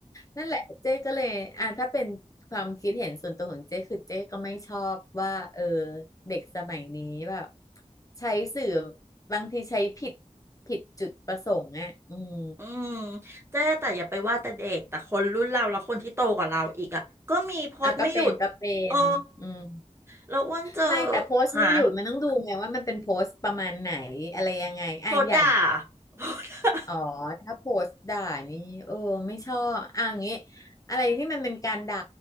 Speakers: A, on the left (about 25°); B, on the right (about 20°).
A: นั่นแหละเจ๊ก็เลย อ่ะถ้าเป็นความคิดเห็นส่วนตัวของเจ๊คือเจ๊ก็ไม่ชอบว่าเออเด็กสมัยนี้แบบใช้สื่อบางทีใช้ผิดผิดจุดประสงค์อ่ะอืม
B: อืมเจ๊แต่อย่าไปว่าแต่เด็กแต่คนรุ่นเราแล้วคนที่โตกว่าเราอีกอ่ะก็มีโพสต์ไม่หยุด
A: อ่ะก็เป็นก็เป็นอืม
B: เออแล้วอ้วนเจอ
A: ไม่แต่โพสต์ไม่หยุดมันต้องดูไงว่ามันเป็นโพสต์ประมาณไหนอะไรยังไง
B: หาโพสต์ด่า
A: อ่ะอย่าง
B: โพสต์ด่า
A: อ๋อถ้าโพสต์ด่านี่เออไม่ชอบอ่ะอย่างงี้อะไรที่มันเป็นการด่า